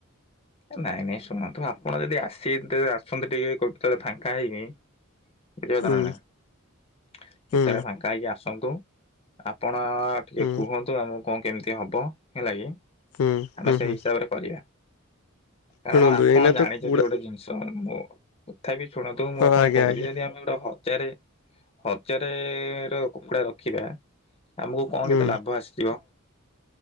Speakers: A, on the left (about 30°); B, on the left (about 80°).
A: ଏ ନାଇଁ ନାଇଁ ଶୁଣନ୍ତୁ ଆପଣ ଯଦି ଆସି ତେବେ ଆସନ୍ତୁ ଟିକେ କୋଉତେଳେ‌ ଫାଙ୍କା ହେଇକି। <unintelligible> ନା
B: ହୁଁ
A: ନାଇଁ କେତେବେଳେ
B: ହୁଁ
A: ଫାଙ୍କା ହେଇକି ଆସନ୍ତୁ ଆପଣ ଅ ଟିକେ
B: ହୁଁ
A: କୁହନ୍ତୁ ଆମକୁ କଁ କେମିତି ହବ ହେଲାକି?
B: ହୁଁ
A: ଆମେ
B: ହୁଁ
A: ସେଇ
B: ହୁଁ
A: ହିସାବରେ କରିବା କାରଣ
B: ଶୁଣନ୍ତୁ
A: ଆପଣ
B: ଏଇନା
A: ଜାଣିଚନ୍ତି
B: ତ କୁକୁଡ଼ା
A: ଗୋଟେ ଜିନି ଷ ମୋ କଥା ବିି ଶୁଣନ୍ତୁ ମୁଁ
B: ହଁ
A: ଆପଣ
B: ଆଜ୍ଞା
A: କହୁଚି
B: ଆଜ୍ଞା
A: ଯଦି ଆ <unintelligible> ହଜାରେ ହଜାରେର କୁକୁଡା ରଖିବା। ଆମକୁ କଣ
B: ହୁଁ
A: କେତେ ଲାଭ ଆସିଥିବ?